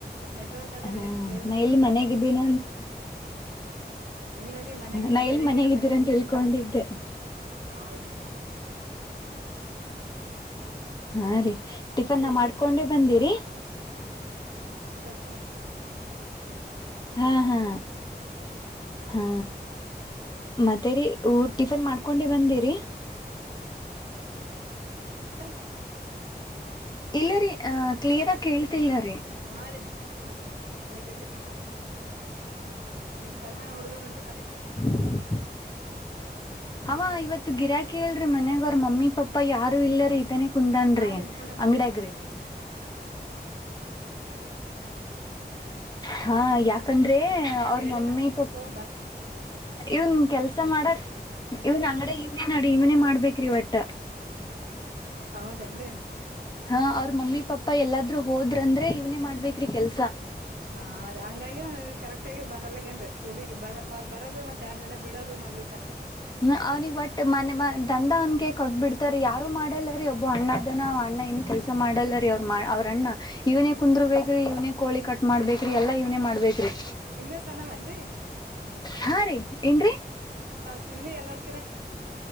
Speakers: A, on the right; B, on the left.
A: ನೆಟ್ವರ್ಕ್ ಅದ
B: ಹಾ
A: ರೀ ಕೇಳಿಸ್ಲಿತ್ತು
B: ನ ಇಲ್ಲಿ ಮನಾಗಿದ್ದೀನ
A: ಇಲ್ಲರಿೀ ಮನೆಗಿಲ್ಲ
B: ನಾ
A: ಬೆಳಿಗ್ಗಗೆನ
B: ಎಲ್ಲಿ ಮನೆಗಿದ್ದೀರ
A: ಬನ್ನಿ
B: ಅಂತ ತಿಳ್ಕೊಂಡಿದ್ದೆ
A: ಹೌದು
B: ಹಾ ರೀ ಟಿಫನ್
A: ರೀ
B: ಮಾಡ್ಕೊಂಡೇ ಬಂದಿರಿ
A: ಪತ್ತ
B: ಹಾ ಹಾ ಹಾ ಮತ್ತೇರಿ ಟಿಫನ್ ಮಾಡ್ಕೊಂಡಿ ಬಂದಿರಿ
A: ಸ
B: ಇಲ್ಲರಿ ಅ ಕ್ಲಿಯರ್ ಆಗ ಕೇಳ್ತಿಲ್ಲರಿೀ
A: ಹಾ ರೀ ಬೆ ಬೆಳಿಗ್ಗೆ ಟಿಫನ್ ನೋಡ್ಕೊಂಡನ್ನ <unintelligible> ನಿಮ್ ಸಲ್ಮಾನ ಹುಡ್ಗ ಬಂದ್ರ
B: ಹ ಅವ ಇವತ್ತು ಗಿರಾಕಿ ಹೇಳಲ್ರಿ ಮನ್ಗ ಅವ್ರ ಮಮ್ಮಿ ಪಾಪ ಯಾರು ಇಲ್ರ ಇದನ ಕುಂದನ್ರಿ
A: ಹಾ ರೀ ಮಾಡ್ಕೊಂಡೆ ಬಂದೇನ್
B: ಅಂಗಡಿಯಗ್ರಿ
A: ಮೇಡಮ್
B: ಹಾ ಯಾಕಂದ್ರೆ ಅವ್ರ
A: ಕೇಳ್ದೆ
B: ಮಮ್ಮಿ
A: ಅದ್ನ
B: ಪಪ್ಪ
A: ಯಾಕೋ ಬ
B: ಇವನ್ ಕೆಲ್ಸ ಮಾಡಕ್ ಇವನ್ ಅಂಗಡ ಇವ್ನೇ ನಡಿ ಇವನೇ ಮಾಡ್ಬೇಕ್ರಿ ಒಟ್ಟ
A: ಹೌದೇನ್ರಿ
B: ಹಾ ಅವ್ರ
A: ಹ್ಮ್
B: ಮಮ್ಮಿ ಪಾಪಾ ಎಲ್ಲಾದರುೂ ಹೋದ್ರಂದ್ರೆ ಇವ್ನೇ ಮಾಡ್ಬೇಕೇರಿ ಕೆಲ್ಸ
A: ಹಾ ಹಂಗಾಗಿ ಕರೆಕ್ಟ ಆಗಿ ಬರಲ್ಲೇನ್ ಸ್ಕೂಲ ಬರ ಬರೋದು ಮತ್ತತ್ ಎರಡ್ ಜನ ಬಿಡೋದು ಮಾಡಲಿ ತನ್ರಿ
B: ಹ್ಮ ಅವ್ನಿ ಬಟ್ ಮನೆ ಮ ದಂದ ಅವನ್ಗೆ ಕೊಟ್ಬಿಡ್ತಾರ ಯಾರು ಮಾಡಲ್ಲರಿ ಒಬ್ಬ ಅಣ್ಣದನಣ ಣ್ಣ ಇಏನ್ ಕೆಲಸ ಮಾಡಲ್ಲರಿ ಅವ್ರ ಅವ್ರ ಅಣ್ಣ ಇವ್ನೇ ಕುಂದ್ರು ಬೇಕ್ರಿ ಇವನೇ ಕೋಳಿ ಕಟ್ ಮಾಡ್ಬೇಕ್ರಿ ಎಲ್ಲಾ ಇವ ಮಾಡ್ಬೇಕ್ರೀ
A: ನಿಮ್ದೆ ಸನ ಮಂದಿ
B: ಹಾ ರೀ ಏನ್ರಿ
A: ಸ ಇವ್ನ ಎಲ್ಲಾರ್